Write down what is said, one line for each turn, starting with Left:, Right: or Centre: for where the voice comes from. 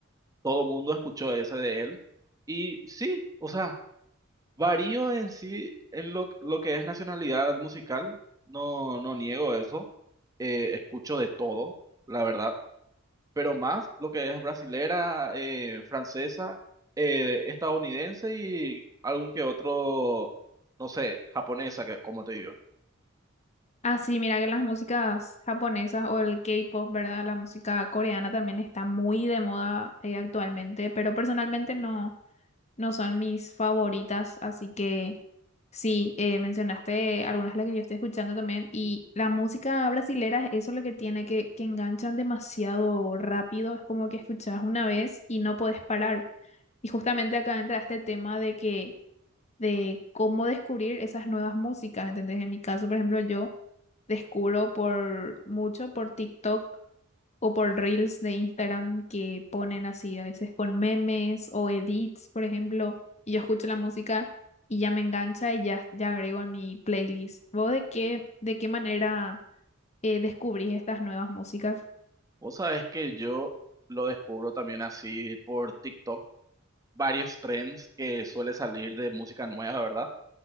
Right: Todo mundo escuchó ese de él. Y sí, o sea, varío en sí en lo, lo que es nacionalidad musical, no, no niego eso, eh, escucho de todo, la verdad pero más lo que es brasilera, eh, francesa, eh, estadounidense y algún que otro, no sé, japonesa, que, como te digo.
Left: Ah, sí, mira que las músicas japonesas o el K-pop, ¿verdad? La música coreana también está muy de moda eh, actualmente, pero personalmente no, no son mis favoritas, así que sí, eh, mencionaste algunas de las que yo estoy escuchando también, y la música brasilera, eso es lo que tiene, que, que enganchan demasiado rápido, es como que escuchas una vez y no podés parar. Y justamente acá entra este tema de que de cómo descubrir esas nuevas músicas, ¿entendés? En mi caso, por ejemplo, yo descubro por mucho por TikTok o por Reels de Instagram que ponen así, a veces con memes o edits, por ejemplo, y yo escucho la música y ya me engancha y ya, ya agrego en mi playlist. ¿Vos de qué, de qué manera eh, descubrís estas nuevas músicas?
Right: Vos sabés que yo lo descubro también así por TikTok, varios trends que suele salir de música nueva, ¿verdad?